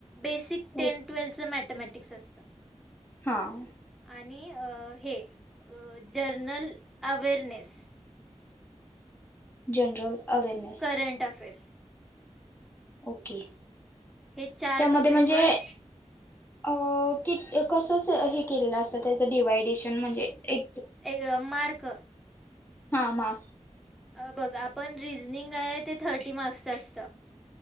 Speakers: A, in the centre; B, on the left.
A: बेसिक टेन
B: ओ-
A: ट्वेल्थ च मॅथमॅटिक्स असतं
B: हां!
A: आणि अ हे general awareness
B: general awareness
A: current affairs
B: okay
A: हे चार
B: त्यामध्ये
A: टॉपिकवर
B: म्हणजे अ की क कस हे केलेलं असतं त्याचं डिवा्हायडेशन म्हणजे ए-
A: एग मार्क.
B: हा मार्क.
A: बघ आपण रिजनिंग आहे ते थर्टी मार्क्सचे असतं.